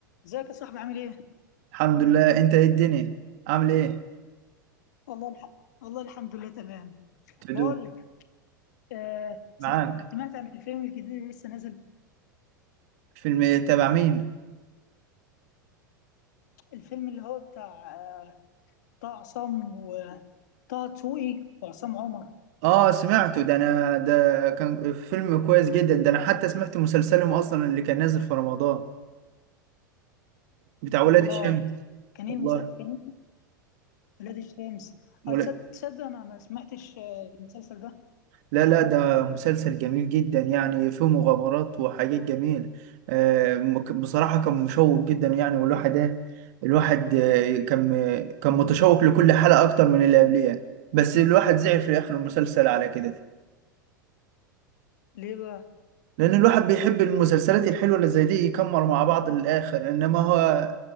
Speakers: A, on the left; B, on the right.
A: ازيك يا صاحبي عامل ايه؟
B: الحمد لله انت ايه الدنيا عامل ايه
A: والله الح... والله الحمد لله تمام
B: تدوم
A: بقول لك آه سم-
B: معاك
A: سمعت عن الفيلم الجديد اللي لسه نازل
B: فيلم تبع مين
A: الفيلم اللي هو بتاع آه طه عصام وطه دسوقي وعصام عمر
B: اه سمعته ده انا ده كان فيلم كويس جدا ده انا حتى سمعت مسلسلهم اصلا اللي كان نازل في رمضان بتاع ولاد
A: والله
B: الشمس
A: كان
B: والله
A: ايه المسلسل كان إيه؟ ولاد الشمس
B: ولا-
A: آه، تصد- تصدق انا ما سمعتش آه المسلسل ده
B: لا لا ده مسلسل جميل جدا يعني فيه مغامرات وحاجات جميلة آه، مك- بصراحة كان مشوق جدا يعني والواحد ايه الواحد آه، كان كان متشوق لكل حلقة اكتر من اللي قبليها بس الواحد زعل في الاخر المسلسل على كده
A: ليه بقى؟
B: لان الواحد بيحب المسلسلات الحلوه اللي زي دي يكمروا مع بعض للاخر انما هو